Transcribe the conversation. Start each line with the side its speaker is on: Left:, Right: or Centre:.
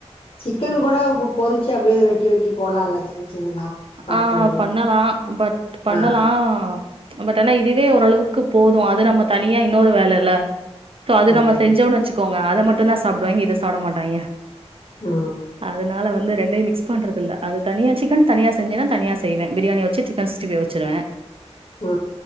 Left: சிக்கன் கூட பொ பொறிச்சு அப்டியே வெட்டி வெட்டி போட்லால்ல சின்ன சின்னதா கட்
Right: ஆ
Left: பண்ணி
Right: பண்ணலா பட் பண்ணலா
Left: ஆ
Right: பட் ஆனா இதுவே ஓரளவுக்கு போது அது நம்ம தனியா இன்னொரு வேல இல்ல சோ அது
Left: ம்
Right: நம்ம செஞ்சோன் வச்சுக்கோங்க அத மட்டு தா சாப்டுவாய்ங்க இங்க இத சாப்ட மாட்டாய்ங்க
Left: ஆ
Right: அதனால வந்து ரெண்டையு மிக்ஸ் பண்றது இல்ல அது தனியா சிக்கன் தனியா செஞ்சேன்னா தனியா செய்வே பிரியாணி வச்சி சிக்கன் சிக்ஸ்ட்டி ஃபை வச்சிருவே
Left: ஆ